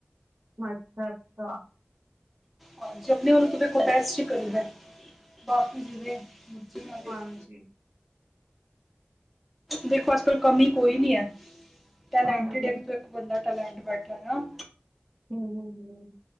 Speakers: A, on the right; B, in the centre.
A: ਅੱਛਾ ਅੱਛਾ।
B: ਹਾਂਜੀ। ਆਪਣੇ ਵਲੋਂ ਤੇ ਪੂਰਾ। ੈਸੀ ਕਰੀਦਾ ਬਾਕੀ ਜਿਵੇਂ। ਚਲਾਂਦੇ
A: ਹਾਂਜੀ
B: ਗਾ ਦੇਖੋਂ ਅੱਜ਼ ਕੱਲ੍ਹ ਕਮੀਂ ਕੋਈ ਨੀਂ ਐ। ਟਲੈਟੰਡ
A: ਹਾਂਜੀ
B: ਇਕ
A: ਹਮ,
B: ਤੋਂ ਇਕ ਟਲੈਟ ਬੈਠਾਂ। ਉਹ ਨਾਂ
A: ਹੂੰ ਹੂੰ ਹੂੰ।